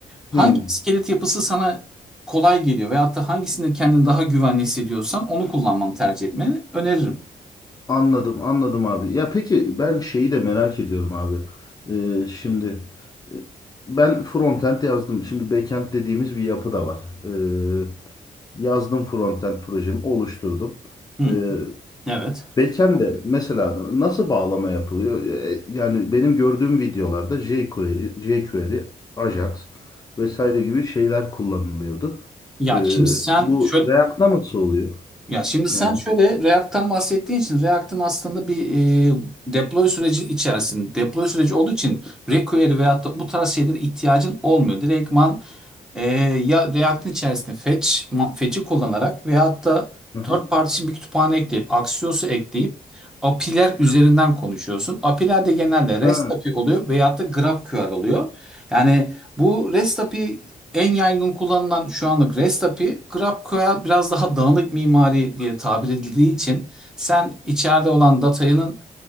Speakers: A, in the centre; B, on the left (about 25°).
A: hangi
B: Hı.
A: iskelet yapısı sana kolay geliyor veyahut da hangisinde kendini daha güvenli hissediyorsan onu kullanmanı tercih etmeni öneririm.
B: Anladım, anladım abi. Ya peki ben şeyi de merak ediyorum abi. Ee, şimdi e, ben frontend yazdım. Şimdi backend dediğimiz bir yapı da var. Ee, yazdım frontend projemi oluşturdum.
A: Hı hı.
B: Ee,
A: Evet.
B: Beken de mesela nasıl bağlama yapılıyor? E, Yani benim gördüğüm videolarda jQuery, jQuery, Ajax vesaire gibi şeyler kullanılıyordu.
A: Ya
B: E,
A: şimdi sen
B: bu
A: şöyle
B: React'ta nasıl oluyor?
A: Ya şimdi sen
B: Yani.
A: şöyle React'tan bahsettiğin için React'ın aslında bir e, deploy süreci içerisinde deploy süreci olduğu için jQuery veyahut da bu tarz şeylere ihtiyacın olmuyor. Direktman ee, ya React'in içerisinde fetch, ma- fetch'i kullanarak veya hatta
B: Hı hı.
A: third party için bir kütüphane ekleyip, Axios'u ekleyip API'ler üzerinden konuşuyorsun. API'ler de genelde REST
B: Ha,
A: API oluyor veyahut da GraphQL oluyor. Yani bu REST API en yaygın kullanılan şu anlık REST API, GraphQL biraz daha dağınık mimari diye tabir edildiği için sen içeride olan datanın